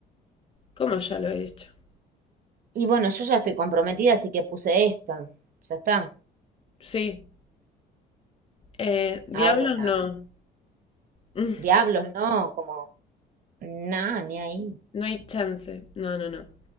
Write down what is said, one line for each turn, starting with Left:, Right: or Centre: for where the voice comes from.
Left: ¿Cómo ya lo he hecho?
Right: Y bueno, yo ya estoy comprometida, así que puse esta. Ya está.
Left: Sí. Eh, diablos,
Right: Ahora,
Left: no. <laughs> Mm,
Right: diablos, no, como, nada, ni ahí.
Left: No hay chance. No, no, no.